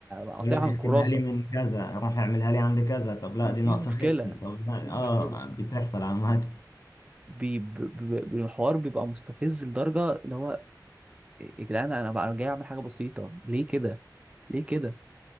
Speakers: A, on the right; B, on the left.
A: قاطعها
B: يقول لك
A: من
B: اختمها
A: الكراسه
B: لي من كذا روح اعملها لي عند كذا طب
A: مش
B: لا دي
A: دي
B: ناقصه
A: المشكله
B: ختم طب
A: مش
B: لا
A: دي المشكله
B: اه بتحصل عامة
A: بي- ب- ب- ب- الحوار بيبقى مستفز لدرجه اللي هو يا جدعان انا بقى جاي اعمل حاجه بسيطه ليه كده ليه كده